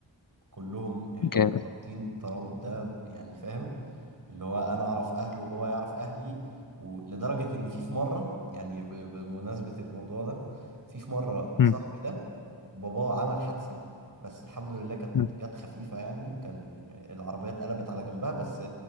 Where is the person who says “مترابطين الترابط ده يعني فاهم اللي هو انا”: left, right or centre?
Right